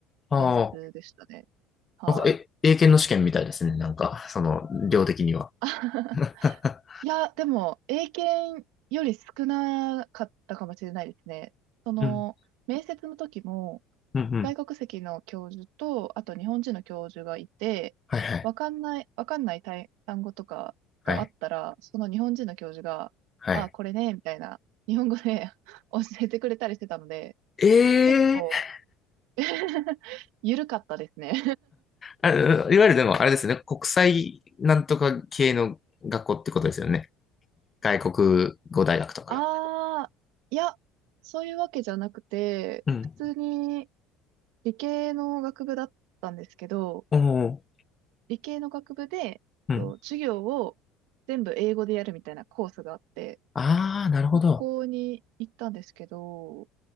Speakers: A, on the left (about 20°); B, on the right (about 80°).
A: ああ、
B: 面接でしたね。はい。
A: なんか、え、英検の試験みたいですね。なんか、その、量的には。
B: <laughs>
A: <laughs>
B: いや、でも、英検より少なかったかもしれないですね。その、
A: うん。
B: 面接の時も、
A: うんうん。
B: 外国籍の教授と、あと日本人の教授がいて、
A: はいはい。
B: わかんない、わかんない単単語とかがあったら、
A: はい。
B: その日本人の教授が、
A: はい。
B: あ、これね、みたいな、日本語で <laughs> 教えてくれたりしてたので、
A: ええ
B: 結構 <laughs> ゆるかったですね。
A: あ、いわゆるでも、あれですよね。国際なんとか系の学校ってことですよね。外国語大学とか。
B: <laughs> ああ、いや、そういうわけじゃなくて、
A: うん。
B: 普通に理系の学部だったんですけど、
A: おお。
B: 理系の学部で、
A: うん。
B: と授業を全部英語でやるみたいなコースがあって、
A: ああ、なるほど。
B: ここに行ったんですけど、